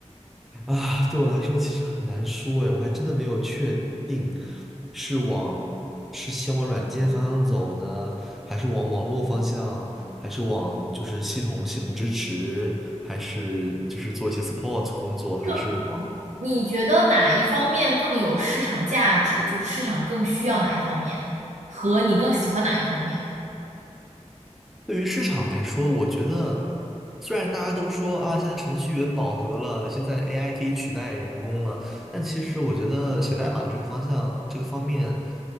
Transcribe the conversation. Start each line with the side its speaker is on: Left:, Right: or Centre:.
Centre: 啊，对我来说其实很难说哎，我还真的没有确定是往是先往软件方向走呢，还是往网络方向，还是往就是系统系统支持，还是就是做一些 support 工作，还是往
Right: 就你觉得哪一方面更有市场价值？就是市场更需要哪一方面，和你更喜欢哪一方面？
Centre: 对于市场来说，我觉得虽然大家都说啊，现在程序员饱和了，现在 AI 可以取代人工了，但其实我觉得写代码这个方向，这个方面